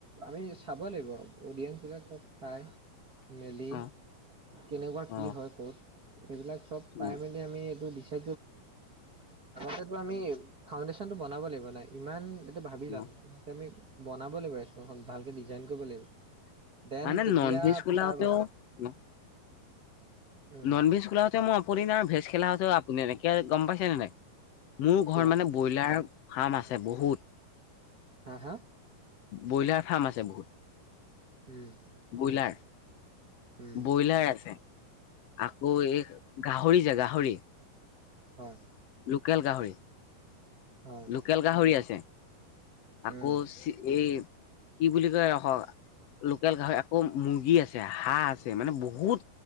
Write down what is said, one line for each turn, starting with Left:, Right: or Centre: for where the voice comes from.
Right: আমি চাব লাগিব অডিয়েঞ্চ বিলাক চব চাই। মেলি
Left: অ
Right: কেনেকুৱা কি
Left: অ
Right: হয় ক'ত সেইবিলাক চব চাই
Left: অ
Right: মেলি আমি এইটো দিছো <unintelligible> আমি ফাউণ্ডেশ্যনটো বনাব লাগিব নাই ইমান এইটো ভাবি
Left: অ
Right: লাম আমি বনাব লাগিব ভালকে ডিজাইন কৰিব লাগিব। দেন
Left: মানে
Right: তেতিয়া
Left: নন ভেজ খোলাওতেও
Right: তাৰ পাছত
Left: অ
Right: উম
Left: নন ভেজ খোলাাহঁতেও মই অপদি নাই ভেজ খেলাোঁতেও আপুনি নাই এনেকে গম পাইছেনেে নাই। মোৰ ঘৰত
Right: কিয়
Left: মানে ব্ৰইলাৰ ফাৰ্ম আছে বহুত।
Right: হা, হা।
Left: ব্ৰইলাৰ ফাৰ্ম আছে বহুত
Right: উম
Left: ব্ৰইলাৰ।
Right: উম
Left: ব্ৰইলাৰ আছে আকৌ এই গাহৰি যে গাহৰি
Right: হয়।
Left: লোকেল গাহৰি।
Right: হয়
Left: লোকেল গাহৰি আছে। আকৌ
Right: উম
Left: এই কি বুলি কয়। লোকেল গাহৰি আকৌ মুৰ্গী আছে হাঁহ আছে মানে বহুত